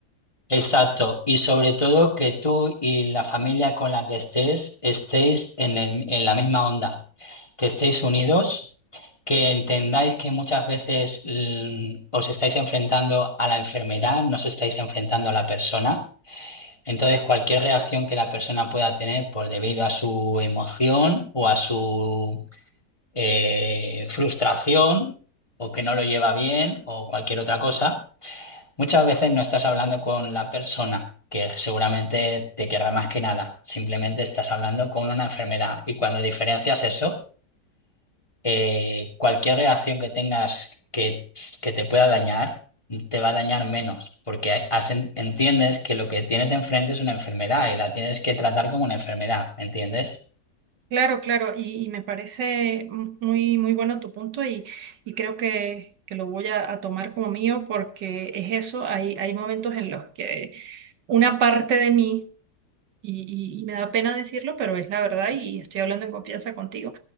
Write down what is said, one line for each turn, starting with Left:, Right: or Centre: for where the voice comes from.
Left: Exacto, y sobre todo que tú y la familia con la que estés estéis en el- en la misma onda, que estéis unidos, que entendáis que muchas veces mm, os estáis enfrentando a la enfermedad, no os estáis enfrentando a la persona. Entonces, cualquier reacción que la persona pueda tener por debido a su emoción o a su eh, frustración o que no lo lleva bien o cualquier otra cosa Muchas veces no estás hablando con la persona que seguramente te querrá más que nada, simplemente estás hablando con una enfermedad y cuando diferencias eso, eh, cualquier reacción que tengas que, que te pueda dañar, te va a dañar menos, porque has- entiendes que lo que tienes enfrente es una enfermedad y la tienes que tratar como una enfermedad, ¿entiendes?
Right: Claro, claro, y, y me parece mu- muy, muy bueno tu punto y, y creo que, que lo voy a, a tomar como mío porque es eso, hay, hay momentos en los que una parte de mí y, y- y me da pena decirlo, pero es la verdad y estoy hablando en confianza contigo.